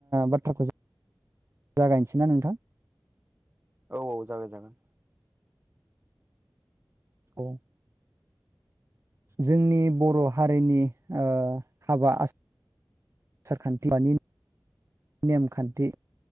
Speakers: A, on the right; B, on the right.
A: बाथ्राखौ जागायनोसैना नोंथां
B: औ औ जागोन जागोन
A: औ जोंनि बर' हारिनि ओ हाबा <unintelligible> नेमखान्थि